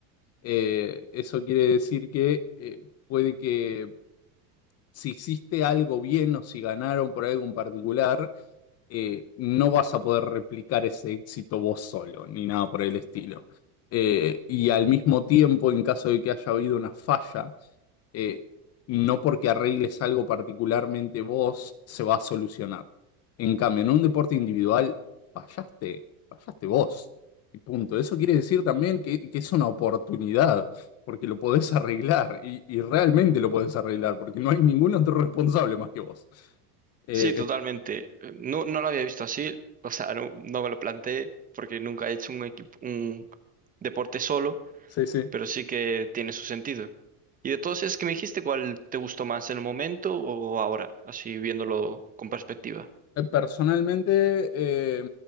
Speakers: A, on the left; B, on the right.
A: Eh, eso quiere decir que eh, puede que si hiciste algo bien o si ganaron por algo en particular, eh, no vas a poder replicar ese éxito vos solo, ni nada por el estilo. Eh, y al mismo tiempo, en caso de que haya habido una falla, eh, no porque arregles algo particularmente vos, se va a solucionar. En cambio, en un deporte individual, fallaste, fallaste vos. Y punto. Eso quiere decir también que, que es una oportunidad, porque lo podés arreglar, y, y realmente lo podés arreglar, porque no hay ningún otro <laughs> responsable más que vos. Eh,
B: Sí, totalmente. Eh, No, no lo había visto así, o sea, no, no me lo planteé porque nunca he hecho un equipo, un deporte solo,
A: sí, sí.
B: pero sí que tiene su sentido. Y de todos esos que me dijiste, ¿cuál te gustó más en el momento o ahora, así viéndolo con perspectiva?
A: Eh, Personalmente, eh,